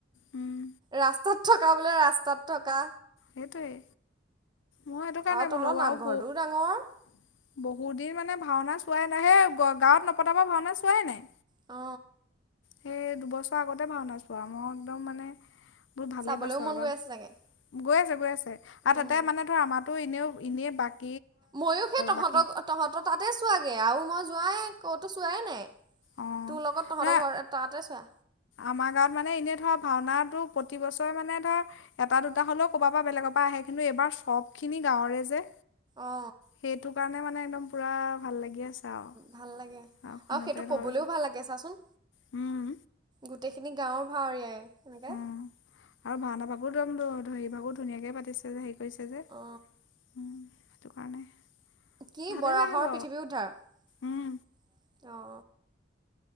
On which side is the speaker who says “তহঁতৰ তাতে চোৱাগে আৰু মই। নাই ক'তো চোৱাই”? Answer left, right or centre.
Right